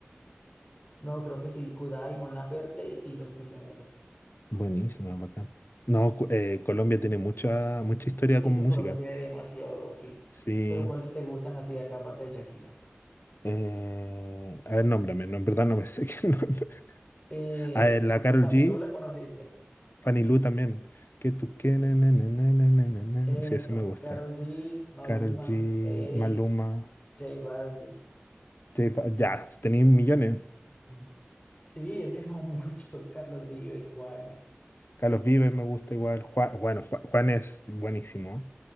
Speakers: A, on the left; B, on the left.
A: No, creo que sí, Kudai, Mon Laferte y Los Prisioneros.
B: Buenísimo, bacán. No, cu- eh, Colombia tiene mucha, mucha historia
A: Es
B: con música.
A: que Colombia tiene demasiado, sí.
B: Sí.
A: Pero ¿cuáles te gustan así de acá, aparte de Shakira?
B: eh, a ver, nómbrame, no, en verdad no me <laughs> sé qué nombre.
A: Eh,
B: A ver, la Karol
A: Fanirú,
B: G,
A: ¿la conociste?
B: Fanny Lu también. Que tú que na, na, na, na, na, na, na,
A: Eso,
B: na. Sí, ese me gusta.
A: Karol G, Maluma,
B: Karol G,
A: Fate,
B: Maluma,
A: J Balvin.
B: J Bal- ya, tenéis millones.
A: Mm. Sí, es que son <laughs> muchos, Carlos Vives, Juanes.
B: Carlos Vives me gusta igual. Juan, bueno, Ju- Juan, es buenísimo.